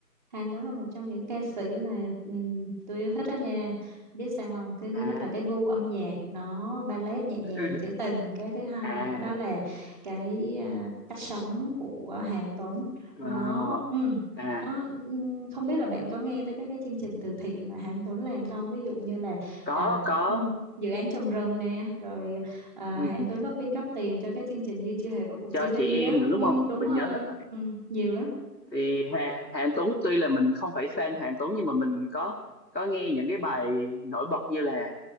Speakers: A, on the right (about 25°); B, on the left (about 85°).
A: Hàn Tuấn là một trong những ca sĩ mà ừm, tôi yêu thích đó nha. Biết sao không? Cái thứ
B: À,
A: nhất là cái gu âm nhạc nó ballet nhẹ nhàng,
B: <laughs>
A: trữ tình. Cái thứ hai
B: à,
A: nữa đó là cái à, cách sống của Hàn Tuấn.
B: ờ,
A: Nó ừm,
B: à,
A: nó ừm, không biết là bạn có nghe tới các cái chương trình từ thiện mà Hàn Tuấn làm không? Ví dụ như là
B: có
A: à,
B: có,
A: ừm, dự án trồng rừng nè, rồi à,
B: ừ,
A: Hàn Tuấn có quyên góp tiền cho cái chương trình như chưa hề có cuộc
B: cho
A: chia ly
B: chị em
A: đó.
B: nữa
A: Ừm,
B: đúng không?
A: đúng
B: Mình
A: rồi,
B: nhớ là vậy.
A: Ừm, nhiều lắm.
B: thì Hà, Hà Anh Tuấn tuy là mình không phải fan Hà Anh Tuấn nhưng mà mình có có nghe những cái bài nổi bật như là